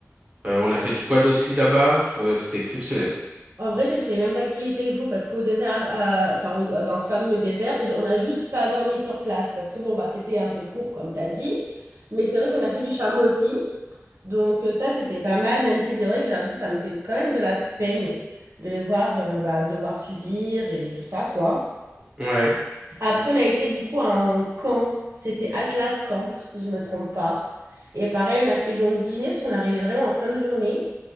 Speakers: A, on the right; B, on the right.
A: Euh, on a fait du quad aussi là-bas. Euh, c'était exceptionnel.
B: En vrai, j'ai fait les mêmes activités que vous parce qu'au désert, euh, enfin, au- euh, dans ce fameux désert, j- on n'a juste pas dormi sur place parce que bon, bah, c'était un peu court, comme tu as dit. Mais c'est vrai qu'on a fait du chameau aussi. Donc, euh, ça, c'était pas mal, même si c'est vrai que j'avoue, ça me fait quand même de la peine de les voir euh, bah, devoir subir et tout ça, quoi.
A: Ouais.
B: Après, on a été du coup à un camp. C'était Atlas Camp, si je me trompe pas. Et pareil, on a fait donc dîner, parce qu'on arrivait vraiment en fin de journée.